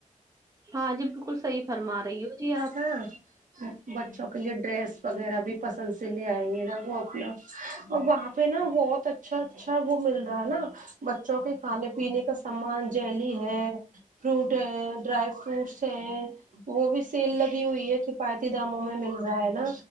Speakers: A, on the right; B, on the right.
A: ہاں جی بالکل صحیح فرما رہی ہو جی آپ
B: ہاں بچوں کے لیے ڈریس وغیرہ بھی پسند سے لے آئیں گے نا وہ اپناگ اور وہاں پہ نا بہت اچھا اچھا اچھا وہ مل رہا ہے نا بچوں کے کھانے پینے کا سامان جیلی ہے فروٹ ہے ڈرائی فروٹس وہ بھی سیل لگی ہوئی ہے کفایتی داموں میں مل ہو ہے نا